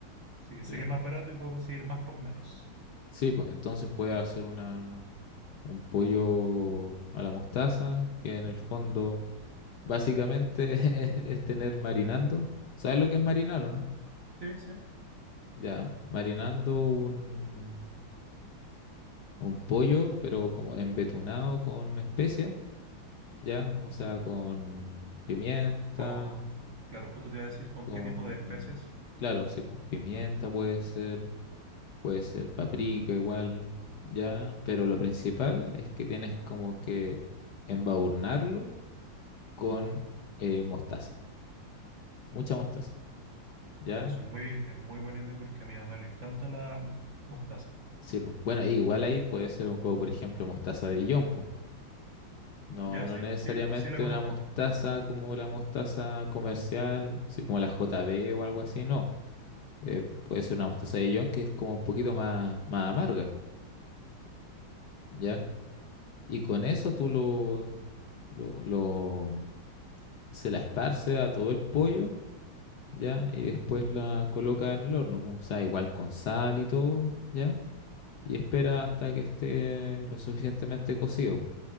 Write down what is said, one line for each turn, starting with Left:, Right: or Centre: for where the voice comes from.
Right: Así que
Left: Claro.
Right: sé que es más barato y puedo conseguir más por menos.
Left: Sí, pues entonces puede hacer una, un pollo a la mostaza, que en el fondo... Básicamente <laughs> es, es tener marinando. ¿Sabes lo que es marinar o no?
Right: Sí, sí.
Left: Ya, marinando un, un pollo, pero como embetunado con especias, ya, o sea, con pimienta,
Right: Con, claro, justo te iba a decir con
Left: con...
Right: qué tipo de especias.
Left: Claro, sí, pues pimienta puede ser, puede ser paprika igual, ya, pero lo principal es que tienes como que embadurnarlo con eh, mostaza, mucha mostaza, ya.
Right: Ya, eso es muy, es muy buena idea porque a mi mamá le encanta la mostaza.
Left: Sí, pues. Bueno, igual ahí puede ser un como, por ejemplo, mostaza de Dijon, po. No,
Right: Ya,
Left: no
Right: sí,
Left: necesariamente
Right: sí, sí la conozco.
Left: una mostaza como la mostaza comercial, así como la J B o algo así, no. Eh, puede ser una mostaza de Dijon que es como un poquito más, más amarga, ¿ya? Y con eso tú lo, lo, lo- se la esparce a todo el pollo, ¿ya? Y después la coloca en el horno, po. O sea, igual con sal y todo, ¿ya? Y espera hasta que esté lo suficientemente cocido, po,